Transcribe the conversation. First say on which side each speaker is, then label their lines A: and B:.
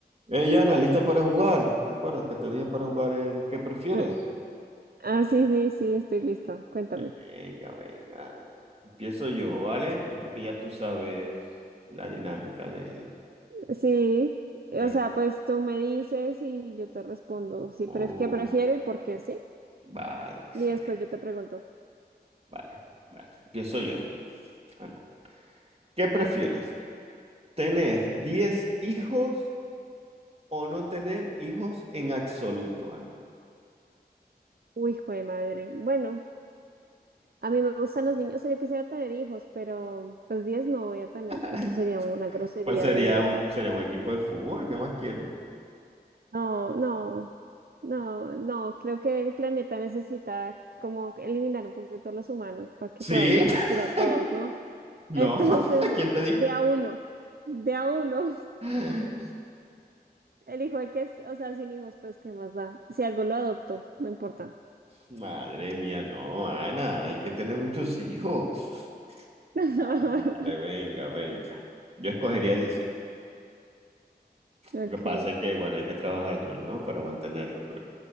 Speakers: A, on the right; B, on the right.
A: Ey, Ana, ¿lista para jugar? ¿Te acuerdas que te dije para jugar el que prefieres?
B: Ah, ah, sí, sí, sí, estoy lista. Cuéntame.
A: Venga, venga, Ana. Empiezo yo, ¿vale? Yo creo que ya tú sabes la dinámica del...
B: Sí, o
A: del-
B: sea, pues tú me dices y yo te respondo sí
A: Oh,
B: pref qué prefiero y por qué, ¿sí?
A: vale, excelente.
B: Y después yo te pregunto.
A: Vale, vale. Empiezo yo, Ana. ¿Qué prefieres? ¿Tener 10 hijos o no tener hijos en absoluto, Ana?
B: Uy, hijo de madre. Bueno, a mí me gustan los niños, o sea, yo quisiera tener hijos, pero pues 10 no voy a tener.
A: <laughs>
B: Eso sería una grosería
A: Pues sería
B: de Dios.
A: un,
B: ¿no?
A: sería un equipo de fútbol, ¿qué más quieres?
B: No, no, no, no, creo que el planeta necesita como eliminar un poquito a los humanos para que
A: Sí,
B: podamos respirar
A: <laughs>
B: todos, ¿no?
A: no,
B: Entonces,
A: <laughs> ¿quién te
B: de a uno, de a uno.
A: dijo?
B: El hijo el que es, o sea, sin hijos, pues, ¿qué más da? Si algo lo adoptó, no importa.
A: Madre mía, no, Ana, hay que tener muchos hijos.
B: <laughs>
A: Vale, venga, venga. Yo escogería 10 hijos.
B: Ok,
A: Lo que pasa es que, bueno, hay que trabajar duro, ¿no? Para mantenerlos luego.